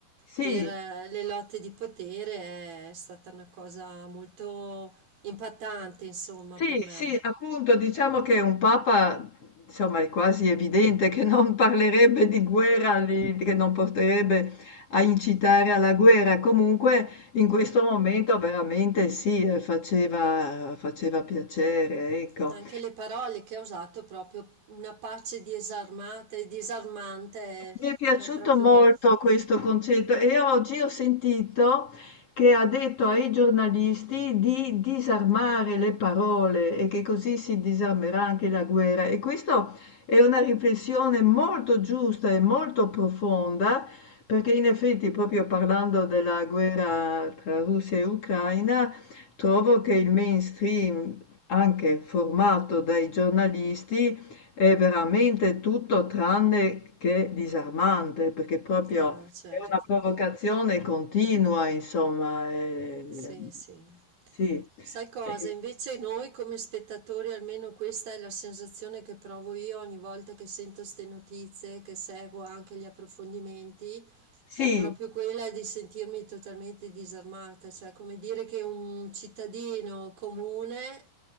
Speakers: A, on the left; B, on the right.
A: sì.
B: per eh, le lotte di potere, è stata una cosa molto impattante, insomma,
A: Sì,
B: per me.
A: sì, appunto, diciamo che un papa, insomma, è quasi evidente che non parlerebbe di guerra, di- che non porterebbe a incitare alla guerra. Comunque, in questo momento veramente sì, eh, faceva, faceva piacere, ecco.
B: Anche le parole che ha usato, proprio una pace disarmata e disarmante, è,
A: Mi è piaciuto
B: è proprio...
A: molto questo concetto e oggi ho sentito che ha detto ai giornalisti di disarmare le parole e che così si disarmerà anche la guerra. E questa è una riflessione molto giusta e molto profonda, perché in effetti, proprio parlando della guerra tra Russia e Ucraina, trovo che il mainstream, anche formato dai giornalisti, è veramente tutto tranne che disarmante, perché proprio
B: Ah, certo,
A: è una provocazione continua, insomma. è-
B: sì, sì.
A: Sì.
B: Sai cosa?
A: Eh,
B: Invece noi come spettatori, almeno questa è la sensazione che provo io ogni volta che sento ste notizie, che seguo anche gli approfondimenti,
A: Sì,
B: è proprio quella di sentirmi totalmente disarmata, cioè come dire che un cittadino comune